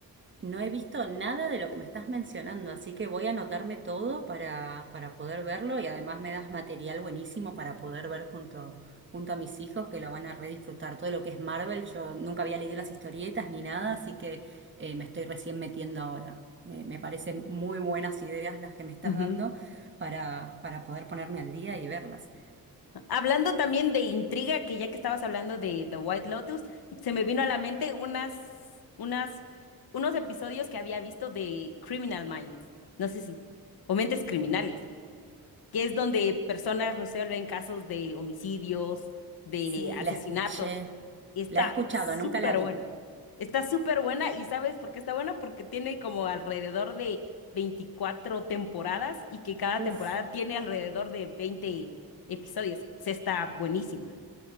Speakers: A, on the right; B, on the left.
A: No he visto nada de lo que me estás mencionando, así que voy a anotarme todo para, para poder verlo y además me das material buenísimo para poder ver junto, junto a mis hijos que lo van a redisfrutar. Todo lo que es Marvel, yo nunca había leído las historietas ni nada, así que eh, me estoy recién metiendo ahora. Me, me parecen muy buenas ideas las que me estás
B: Ujú.
A: dando para, para poder ponerme al día y verlas.
B: Hablando también de intriga, que ya que estabas hablando de The White Lotus, se me vino a la mente unas, unas, unos episodios que había visto de Criminal Minds. No sé si, o Mentes Criminales que es donde personas resuelven casos de homicidios, de
A: Sí,
B: asesinatos.
A: la escuché,
B: Está
A: la he escuchado,
B: súper
A: nunca la vi.
B: buena. Está súper buena y ¿sabes por qué está buena? Porque tiene como alrededor de 24 temporadas y que cada
A: Uf.
B: temporada tiene alrededor de 20 episodios. Se está buenísima.